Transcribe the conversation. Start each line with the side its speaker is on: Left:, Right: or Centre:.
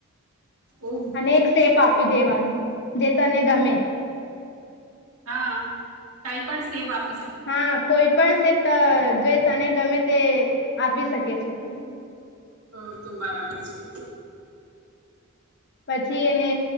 Right: ઓહ
Left: અને એક સેપ આપ આપી દેવાનું જે તને ગમે.
Right: હા કઈ પણ સેપ આપ
Left: હા કોઈ પણ સેપ ત જોઈ તને ગમે તે, આપી શકે છે તું.
Right: તો તો બરાબર છે.
Left: પછી એને